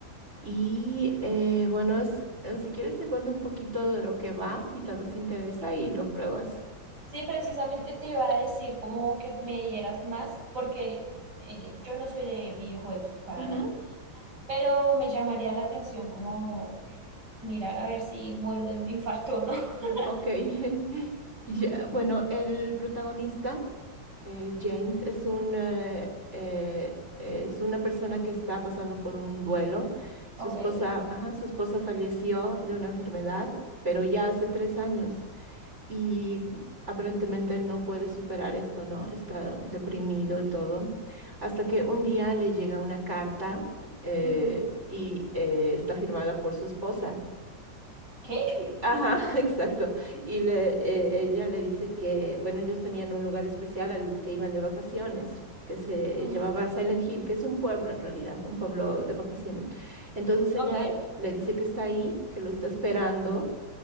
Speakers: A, on the right (about 35°); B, on the right (about 60°).
A: Y eh, bueno, es- eh, si quieres te cuento un poquito de lo que va y tal vez te interesa y lo pruebas.
B: Sí, precisamente te iba a decir como que me dieras más, porque eh, yo no soy de videojuegos para
A: Ujú,
B: nada, pero me llamaría la atención como mirar a ver si muero de un infarto o no. <laughs>
A: ok. <laughs> Ya, bueno, el protagonista, eh, James, es un, eh, eh, es una persona que está pasando por un duelo. Su
B: Ok.
A: esposa, ajá, su esposa falleció de una enfermedad, pero ya hace tres años. y aparentemente él no puede superar esto, ¿no? Está deprimido y todo, hasta que un día le llega una carta eh,
B: Ujú.
A: y eh, está firmada por su esposa.
B: ¿Qué?
A: Y- Ajá, <laughs> exacto. Y le, eh, ella le dice que, bueno, ellos tenían un lugar especial al que iban de vacaciones, que se
B: Ujú,
A: llamaba Silent Hill, que es un pueblo en realidad, un pueblo de vacaciones. Entonces
B: Ok.
A: ella
B: Ay,
A: le dice que está ahí, que lo está esperando